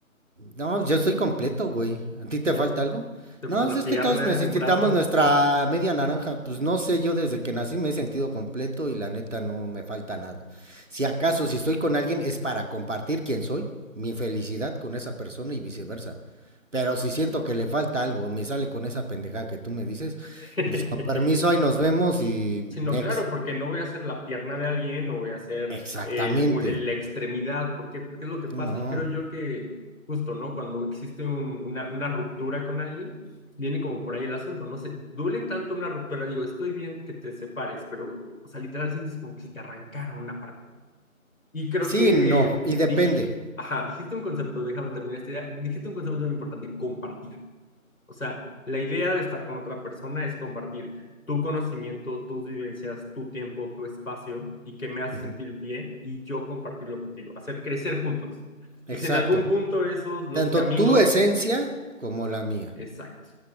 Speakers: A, on the right; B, on the left.
A: No, yo estoy completo, güey. ¿A ti te
B: ¿Sí?
A: falta algo?
B: Te
A: No,
B: falta
A: pues
B: una
A: es
B: pierna,
A: que todos necesitamos
B: un brazo.
A: nuestra media naranja. Pues no sé, yo desde que nací me he sentido completo y la neta no me falta nada. Si acaso, si estoy con alguien es para compartir quién soy, mi felicidad con esa persona y viceversa. Pero si siento que le falta algo, me sale con esa pendejada que tú me dices,
B: <laughs>
A: pues con permiso, ahí nos vemos y
B: sino
A: next.
B: claro, porque no voy a hacer la pierna de alguien, no voy a hacer
A: Exactamente.
B: el, el- la extremidad, porque Porque es lo que pasa.
A: No.
B: Y creo yo que justo, ¿no? Cuando existe un- una, una ruptura con alguien, viene como por ahí el asunto, no sé, duele tanto una ruptura, digo, estoy bien que te separes, pero, o sea, literal sientes como que si te arrancaron una parte. Y creo
A: Sí,
B: que
A: no. Y depende.
B: dije, ajá, dijiste un concepto, déjame terminar esta idea, dijiste un concepto muy importante, compartir. O sea, la idea de estar con otra persona es compartir tu conocimiento, tus vivencias, tu tiempo, tu espacio y que me hace
A: Ujú.
B: sentir bien y yo compartirlo contigo, hacer crecer juntos.
A: Exacto.
B: Y si en algún punto esos, los
A: Tanto
B: caminos,
A: tu esencia como la mía.
B: exacto.